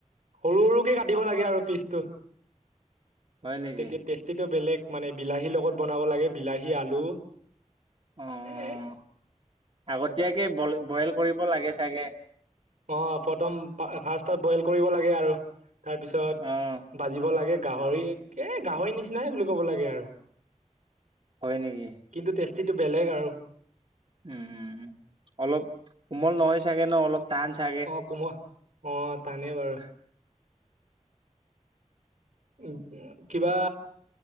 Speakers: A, on the right; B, on the right.
A: সৰু সৰুকে কাটিব লাগে আৰু পিচটো।
B: হয় নেকি
A: তেতিয়া টেষ্টিটো বেলেগ মানে বিলাহীৰ লগত বনাব লাগে, বিলাহী আলু।
B: অ'
A: এ
B: আগতীয়াকে বই বইল কৰিব লাগে চাগে।
A: অ' প্ৰথম ফাৰ্ষ্টত বইল কৰিব লাগে আৰু তাৰ পিছত
B: অ',
A: বাজিব লাগে গাহৰি একে গাহৰি নিচিনাই বুলি ক'ব লাগে আৰু।
B: হয় নেকি?
A: কিন্তু টেষ্টিটো বেলেগ আৰু।
B: উম অলপ কোমল নহয় চাগে ন, অলপ টান চাগে।
A: <unintelligible> অ' টানেই বাৰু।
B: <inaudible>
A: উ কিবা?